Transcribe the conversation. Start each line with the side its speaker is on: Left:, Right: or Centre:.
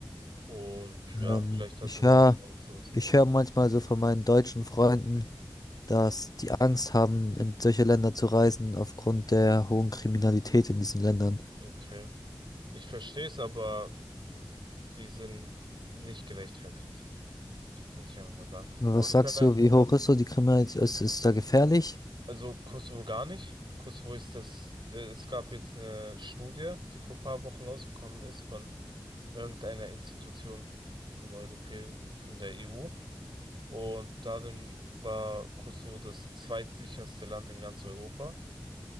Right: Und
Left: Ähm,
Right: ja, vielleicht hast
Left: ich
Right: du ja
Left: höre,
Right: dann auch sowas.
Left: ich höre manchmal so von meinen deutschen Freunden, dass die Angst haben, in solche Länder zu reisen, aufgrund der hohen Kriminalität in diesen Ländern.
Right: Okay. Ich verstehe es, aber die sind nicht gerechtfertigt, würde ich einfach mal sagen.
Left: Was
Right: Aber wir
Left: sagst
Right: können, ein-
Left: du, wie hoch ist so die Kriminalität? Ist, ist da gefährlich?
Right: also Kosovo gar nicht. Kosovo ist das, äh, es gab jetzt eine Studie, die vor ein paar Wochen rausgekommen ist von irgendeiner Institution vom Europä, von der EU. Und darin war Kosovo das zweitsicherste Land in ganz Europa.